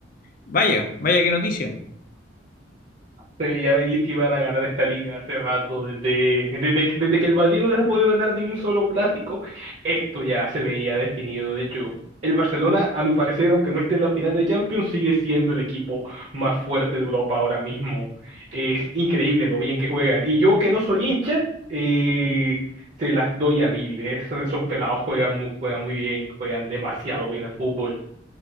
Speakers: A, on the left (about 45°); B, on the right (about 40°).
A: vaya, vaya qué noticia.
B: Se veía venir que iban a ganar esta liga hace rato. Desde, desde, que- desde que el Madrid no les ha podido ganar ni un solo clásico, esto ya se veía definido. De hecho, el Barcelona, a mi parecer, aunque no esté en la final de Champions, sigue siendo el equipo más fuerte de Europa ahora mismo. Es increíble lo bien que juegan. Y yo que no soy hincha, eh, se las doy a mil. Esos, esos pelados juegan muy, juegan muy bien, juegan demasiado bien al fútbol.